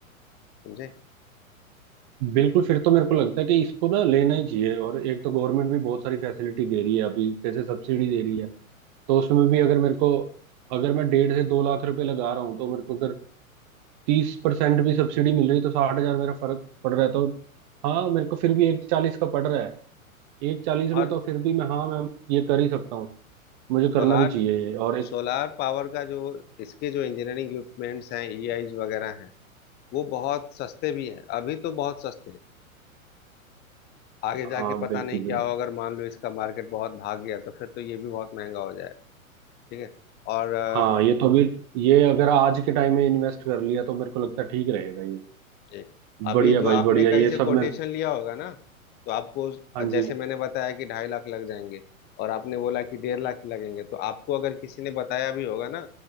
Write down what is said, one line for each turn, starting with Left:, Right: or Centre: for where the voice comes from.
Left: समझे
Right: बिल्कुल फिर तो मेरे को लगता है कि इसको ना लेना ही चाहिए और एक तो गवर्नमेंट भी बहुत सारी फैसिलिटी दे रही है अभी जैसे सब्सिडी दे रही है तो उसमें भी अगर मेरे को अगर मैं डेढ़ से दो लाख रुपए लगा रहा हूँ तो मेरे को अगर तीस परसेंट भी सब्सिडी मिल रही है तो साठ हजार मेरा फर्क पड़ रहा है तो हाँ मेरे को फिर भी एक चालीस का पड़ रहा है एक चालीस
Left: और
Right: में तो फिर भी मैं हाँ मैम ये कर ही सकता हूँ मुझे करना
Left: सोलार
Right: भी चाहिए ये और एक
Left: सोलार पावर का जो इसके जो इंजीनियरिंग इक्विपमेंट्स हैं ईआईज वगैरह हैं वो बहुत सस्ते भी हैं अभी तो बहुत सस्ते हैं आगे जाके
Right: हाँ
Left: पता
Right: बिल्कुल
Left: नहीं क्या
Right: बिल्कुल
Left: हो अगर मान लो इसका मार्केट बहुत भाग गया तो फिर तो ये भी बहुत महंगा हो जाएगा ठीक है और अ,
Right: हाँ ये तो भी ये अगर आज के टाइम में इन्वेस्ट कर लिया तो मेरे को लगता है ठीक रहेगा ये
Left: ये, अभी
Right: बढ़िया
Left: जो
Right: भाई
Left: आपने
Right: बढ़िया
Left: कहीं
Right: ये
Left: से
Right: सब
Left: कोटेशन
Right: मेरे
Left: लिया होगा ना तो आपको
Right: हाँ
Left: जैसे
Right: जी
Left: मैंने बताया कि ढाई लाख लग जाएंगे और आपने बोला कि डेढ़ लाख ही लगेंगे तो आपको अगर किसी ने बताया भी होगा ना